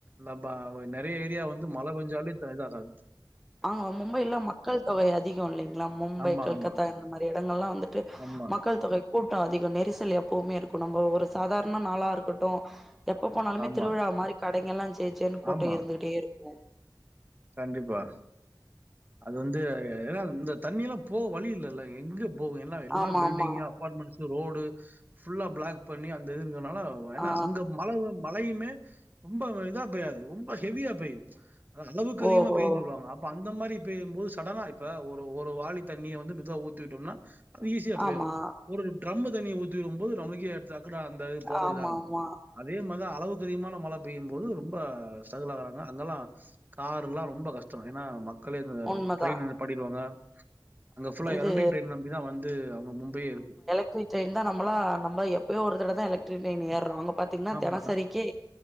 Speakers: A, on the right (about 25°); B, in the centre.
A: நா பா இப்ப நறைய ஏரியா வந்து மழ பெஞ்சாலே டைடா ஆகாது
B: ஆங்க மும்பைல மக்கள் தொகை அதிகோ இல்லிங்ளா மும்பை
A: ஆமா,
B: கல்கத்தா
A: ஆமா,
B: அந்த மாரி இடங்கல்லா வந்துட்டு
A: ஆமா,
B: மக்கள் தொகை கூட்டோ அதிக நெரிசல் எப்பவுமே இருக்கு நம்ப ஒரு சாதாரண நாளா இருக்கட்டு எப்போ போனாலுமே
A: ஆமா,
B: திருவிழா மாரி கடைங்கெல்லா ஜேஜேன்னு கூட்ட
A: ஆமா.
B: இருந்துகிட்டே இருக்கு
A: கண்டிப்பா அது வந்து ஏனா இந்த தண்ணிலா போக வழி இல்லல்ல எங்க போகு எல்லா எல்லா
B: ஆமா
A: பில்டிங்
B: ஆமா
A: அப்பாட்மெண்ட்ஸ் ரோடு ஃபுல்லா பிளாக் பண்ணி அந்த இது இர்கன்னால ஏனா
B: ஆ
A: அங்க மழ மழயுமே ரொம்ப இதா பெய்யாது ரொம்ப ஹெவியா பெய்யு அளவுக்கு அதிகமா
B: ஓஹோ
A: பெய்யுஞ் சொல்லுவாங்க அப்ப அந்த மாரி பேயும் போது சடனா இப்ப ஒரு ஒரு வாலி தண்ணிய வந்து மெதுவா ஊத்தி விட்டோனா அது ஈஸியா போயிடு
B: ஆமா
A: ஒரு ட்ரம்மு தண்ணிய ஊத்தி விடும் போது நம்ளுக்கே அட் டக்குனு அந்த இது போட
B: ஆமா
A: இதா இருக்
B: ஆமா
A: அதே மார்தா அளவுக்கு அதிகமான மழ பெய்யு போது ரொம்ப ஸ்ரகுல் ஆகுறாங்க அங்கல்லா காருல்லா ரொம்ப கஷ்ட்டோ ஏனா மக்களே அங்க
B: உண்மதா
A: ட்ரெயின் நிப்பாட்டிடுவாங்க அங்க ஃபுல்லா
B: இது
A: எலக்ட்ரிக் ட்ரெயின் நம்பிதா வந்து அவுங்க மும்பையே இருக்
B: இனி ட்ரெயின் தா நம்மலா நம்ம எப்பயோ ஒரு தடதா எலக்ட்ரி ட்ரெயின் ஏற்றோ அங்க பாத் திங்னா
A: ஆமா,
B: தெனசரிக்கி